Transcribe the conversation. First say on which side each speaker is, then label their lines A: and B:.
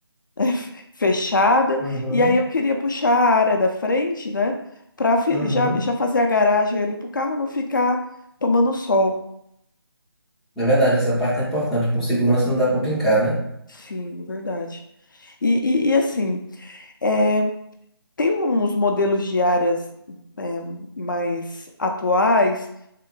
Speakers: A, on the left (about 50°); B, in the centre.
A: <laughs> fechada,
B: Uhum,
A: e aí eu queria puxar a área da frente, né, para
B: uhum.
A: já, já fazer a garagem ali para o carro não ficar tomando sol.
B: É verdade, essa parte é importante. Com segurança não dá pra brincar, né?
A: Sim, verdade. E, e, e assim, é, tem uns modelos de áreas é, mais atuais